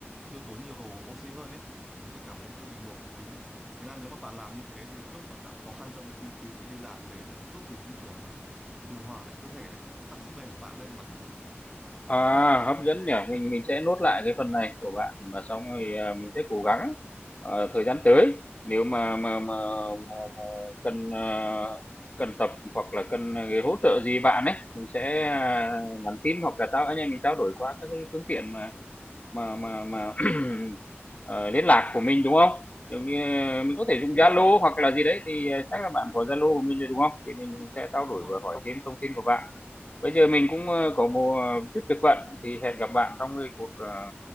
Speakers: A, in the centre; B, on the left.
A: tiêu tốn nhiều oxy hơn ấy thì mình sẽ cảm thấy hơi bị ngộp một tí thế nên nếu mà bạn làm như thế thì lúc bạn gặp khó khăn trong việc nghiên cứu hay đi làm thì đấy nó cũng giúp mình như kiểu là tự điều hòa lại cơ thể đấy nó tăng sức bền của bạn lên mà
B: À, hấp dẫn nhỉ mình mình sẽ nốt lại cái phần này của bạn và xong rồi à, mình sẽ cố gắng ờ, thời gian tới nếu mà mà mà, mà, mà cần ờ, cần tập hoặc là cần cái hỗ trợ gì bạn ấy mình sẽ à, nhắn tin hoặc là tao anh em mình trao đổi qua các cái phương tiện mà mà mà mà <clears throat> <laughs> ờ, liên lạc của mình đúng không? Giống như ờ, mình
A: đúng
B: có
A: rồi
B: thể dùng Zalo hoặc là gì đấy thì ờ, chắc là bạn có Zalo của mình rồi đúng không? Thì mình sẽ trao đổi
A: đúng rồi
B: và hỏi thêm thông tin của bạn. Bây giờ mình cũng ờ, có một chút việc bận thì hẹn gặp bạn trong cái cuộc ờ,